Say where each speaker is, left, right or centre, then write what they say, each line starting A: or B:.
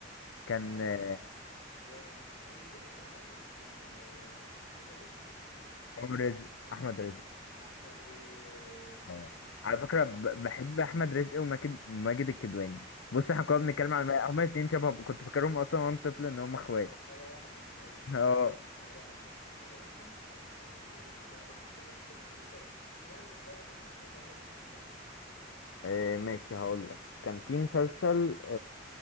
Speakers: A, on the left; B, on the left.
A: مش
B: كان
A: فاكر
B: آه،
A: بصراحة بس ياه هو مش الدكتور كان مين كان آه، اسمه ايه ده رزق اسمه ايه
B: هو رزق أحمد رزق
A: احمد رزق
B: اه
A: صحيح
B: على
A: ايوه
B: فكرة
A: صح
B: ب- بحب أحمد رزق وماجد ماجد الكدواني بص احنا كنا
A: ايوه
B: بنتكلم على هما الاتنين شبه كنت فاكرهم أصلا وأنا طفل إن هما اخوات
A: حاجة واحدة ايوه
B: اه
A: يا خرابي على مسلسل ثورة بس ده مسلسل قديم قوي ايه ده ايه ده لا بس انت ما شفتش يعني انت ايه اجدد طيب اخر مسلسل عربي شفته حتى
B: آه، ماشي هقولك كان في مسلسل